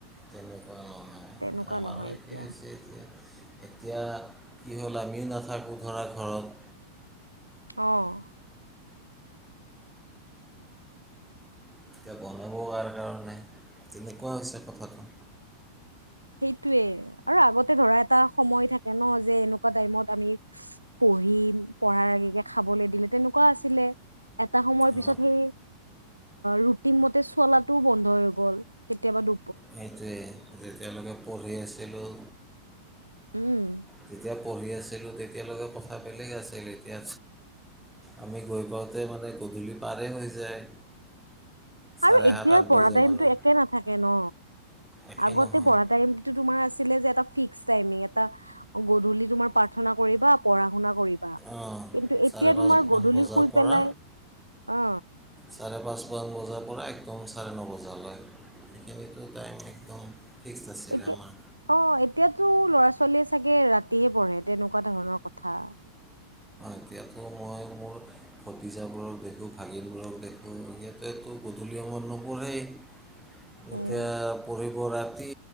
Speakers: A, in the centre; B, on the right.
A: তেনেকুৱা নহয়
B: তেনেকুৱা
A: আমাৰো
B: নহয় এতিয়া
A: একেই হৈছে এতিয়া এতিয়া কি হ'ল আমিও নাথাকোঁ ধৰা ঘৰত
B: অঁ।
A: এতিয়া বনাব কাৰ কাৰণে তেনেকুৱা হৈছে কথাটো।
B: সেইটোৱে আৰু আগতে ধৰা এটা সময় থাকে ন যে এনেকুৱা টাইমত আমি পঢ়িম পঢ়াৰ আগেকে খাবলৈ দিলে তেনেকুৱা আছিলে এটা সময়ৰ পিছত
A: অঁ
B: সেই ৰুটিন মতে চলাটোও বন্ধ হৈ গ'ল কেতিয়াবা দু
A: সেইটোৱে তেওঁলোকে। পঢ়ি আছিলোঁ।
B: উম।
A: তেতিয়া পঢ়ি আছো। তেতিয়ালৈকে কথা বেলেগ আছিল এতিয়া আমি গৈ পাওঁতে মানে গধূলি পাৰ হৈ যায়। চাৰে
B: আৰু এতিয়া
A: সাত আঠ
B: পঢ়া
A: বাজে
B: টাইমতটো
A: মানে
B: একে নাথাকে ন
A: একে
B: আগতে
A: নহয়
B: পঢ়া টাইমতো তোমাৰ আছে। এটা ফিশ টাইমিং আতা গধূলি তুমি পৰ্থনা কৰিবা। কৰিবা
A: অঁ
B: কিন্তু এতিয়া
A: চাৰে পাঁচ
B: তোমাৰ গধূলি
A: বজাৰ
B: শুই
A: পৰা
B: পেলাই অ
A: চাৰে পাঁচমান বজাৰ পৰা, কম চাৰে ন বজালৈ হেনেকেও টাইম একদম। ফিক্সড আছিলে
B: এতিয়া
A: আমাৰ
B: অ এতিয়াতো ল'ৰা ছোৱাল- চলি চাগে ৰাতিহে পঢ়ে তেনেকুৱা ধৰণৰ কথা।
A: এতিয়াতো মই মোৰ ভতিজাবোৰক দেখোঁ ভাগিনবোৰক দেখোঁ সিহঁতেতো গধূলি সময়ত নপঢ়ে। এতিয়া
B: উম
A: পঢ়িব। ৰাতি